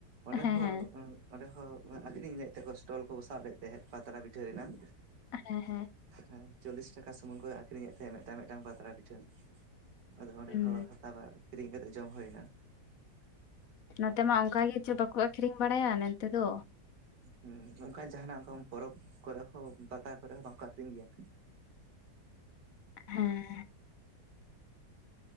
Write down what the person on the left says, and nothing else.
ᱦᱮᱸ
ᱦᱮᱸ
ᱦᱮᱸ ᱦᱮᱸ᱾
ᱦᱩᱸ
ᱱᱚᱛᱮ ᱢᱟ ᱚᱱᱠᱟ ᱜᱮ ᱪᱚ ᱵᱟᱠᱚ ᱟᱠᱷᱨᱤᱧ ᱵᱟᱲᱟᱭᱟ ᱱᱚᱱᱛᱮ ᱫᱚ
ᱦᱮᱸ